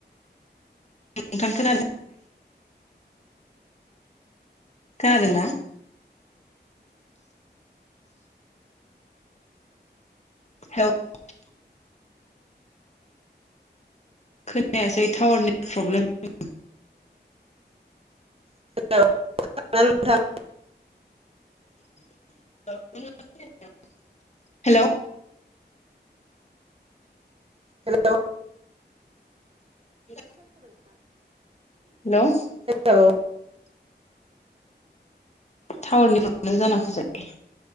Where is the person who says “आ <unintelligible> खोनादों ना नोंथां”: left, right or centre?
Right